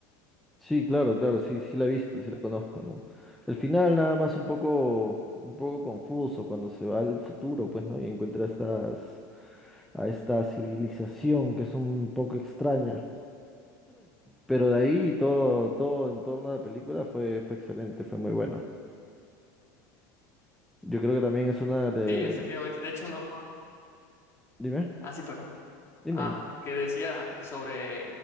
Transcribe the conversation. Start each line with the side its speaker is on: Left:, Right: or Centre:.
Centre: Sí, claro, claro, sí, sí la he visto, sí la conozco, ¿no? El final nada más un poco, un poco confuso cuando se va al futuro, pues, ¿no? Y encuentra estas, a esta civilización que es un poco extraña. Pero de ahí todo, todo en torno a la película fue, fue excelente, fue muy bueno. Yo creo que también es una de...
Left: Sí, efectivamente. De hecho, no, no.
Centre: Dime,
Left: Ah, sí, perdón.
Centre: dime.
Left: Ah, que decía que sobre